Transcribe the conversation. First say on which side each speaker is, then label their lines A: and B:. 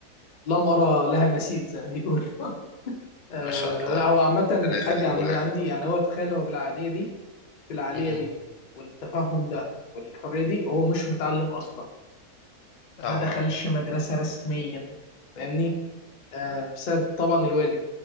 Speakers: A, on the left; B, on the left.
A: لم ارى لها مثيل زي ما بيقولوا <laughs> آه،
B: ما شاء الله
A: لا
B: يا رب
A: هو عامه الحاج
B: ربنا يخليه
A: عن-
B: لك
A: عندي
B: يا رب
A: يعني هو تخيل هو بالعقليه دي في العقلية
B: مم.
A: دي والتفهم ده والحرية دي هو مش متعلم أصلا
B: آه
A: ما دخلش مدرسة رسميا فاهمني آه بسبب طبعا الوالد